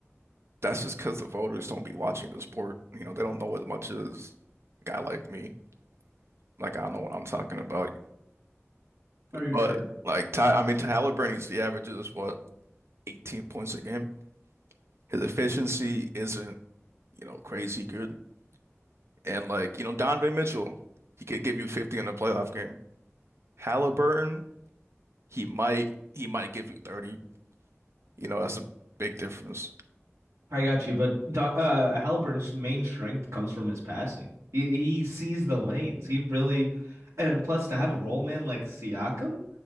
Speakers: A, on the right; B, on the right.
A: That's just because the voters don't be watching the sport. You know, they don't know as much as a guy like me. Like I know what I'm talking about.
B: Are you
A: But
B: sure?
A: like Ty, I mean Tyler Bernie's the average is what 18 points a game. His efficiency isn't you know, crazy good. And like, you know, Donovan Mitchell, he could give you 50 in a playoff game. Halliburton, he might he might give you 30. You know, that's a big difference.
B: I got you, but Do- uh, Halliburton's main strength comes from his passing. He he sees the lanes. He really, and plus to have a role man like Siakam